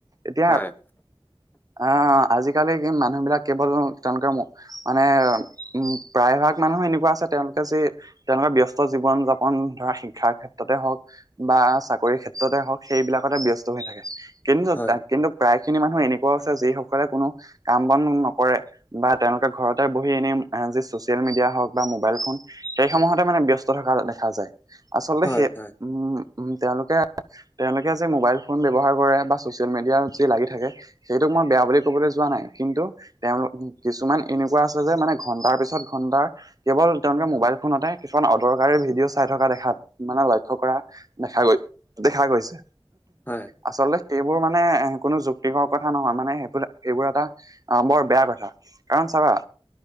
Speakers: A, on the right (about 40°); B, on the left (about 20°).
A: এতিয়া
B: হয়
A: আহ আজিকালি মানুহ বিলাক কেৱল তেওঁলোকে মো মানে উম প্ৰায় ভাগ মানুহে এনেকুৱা আছে। তেওঁলোকে যে তেওঁলোকৰ ব্যস্ত জীৱন যাপন ধৰা শিক্ষাৰ ক্ষেত্ৰতে হওক, বা চাকৰি ক্ষেত্ৰতে হওক। সেইবিলাকতে ব্যস্ত হৈ থাকে। কিন্তু
B: হয়
A: তাক কিন্তু প্ৰায় খিনি মানুহ এনেকুৱাও আছে। যিসকলে কোনো কাম বন ন কৰে বা তেওঁলোকে ঘৰতে বহি এনে যি চচিয়েল মিডিয়া হওক বা মোবাইল ফোন। সেই সমূহতে মানে ব্যস্ত থকা দেখা যায়। আচলতে
B: হয়
A: সেই
B: হয়
A: উম। উম। তেওঁলোকে তেওঁলোকে যে মোবাইল ফোন ব্যৱহাৰ কৰে বা ছচিয়েল মিডিয়াত যি লাগি থাকে, সেইটোক মই বেয়া বুলি কবলে যোৱা নাই কিন্তু তেওঁ কিছুমান এনেকুৱা আছে যে মানে ঘণ্টাৰ পিছত ঘণ্টাৰ কেৱল তেওঁলোকে মোবাইল ফোনতে, কিছুমান অদৰকাৰী ভিডিঅ' চাই থকা দেখাত মানে লক্ষ্য কৰা দেখা গৈ দেখা গৈছে।
B: হয়
A: আচলতে সেইবোৰ মানে এ কোনো যুক্তিকৰ কথা নহয়, মানে সেই সেইবোৰ এটা অ বৰ বেয়া কথা, কাৰণ চাবা?